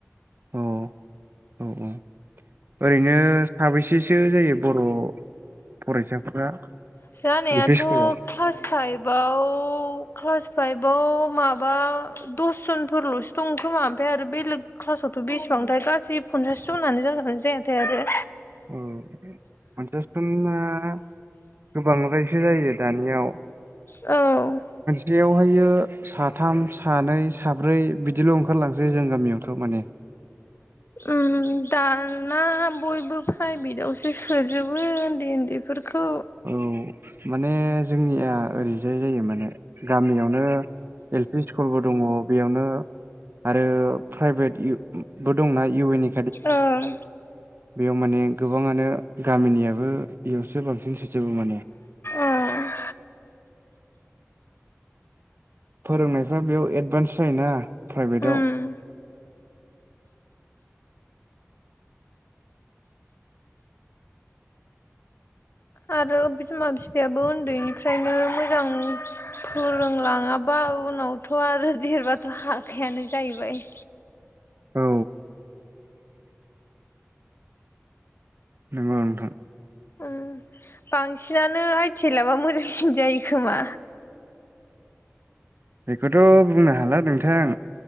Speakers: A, on the right (about 50°); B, on the left (about 50°).
A: औ औ औ ओरैनो साबैसेसो जायो बर' फरायसाफोरा?
B: जानायाथ'
A: एल पि स्कुलाव
B: क्लास फाइभआव क्लास फाइभ बाव माबा दसजनफोरल'सो दं खोमा ओमफाय आरो बेलेग क्लासावथ' बेसेबांथाय गासै पन्सासजनानो जागोना जायाथाय आरो
A: औ पानस खालामना <unintelligible> गोबांद्रायसो जायो दानियाव
B: औ
A: सासेयावहायो साथाम सानै साब्रै बिदिल' ओंखारलांसै जों गामियावथ' माने
B: उम दा ना बयबो प्राइभेटआवसो सोजोबो उन्दै उन्दैफोरखौ
A: औ माने जोंनिया ओरैजाय जायो माने गामियावनो एल पि स्कुलबो दङ बेयावनो आरो प्राइभेट बो दंना इउ एनि
B: ओं
A: बेयाव माने गोबाङानो गामिनियाबो इयावसो बांसिन सोजोबो माने
B: ओं
A: फोरोंनायफ्रा बेयाव एदभान्स जायोना प्राइभेटाव
B: उम आरो बिमा बिफायाबो उन्दैनिफ्रायनो मोजां फोरोंलाङाबा उनावथ' आरो देरबाथ' हाखायानो जाहैबाय।
A: औ नंगौ नोंथां
B: उम बांसिनानो आइटिएल आबा मोजांसिन जायो खोमा
A: बेखौथ' बुंनो हाला नोंथां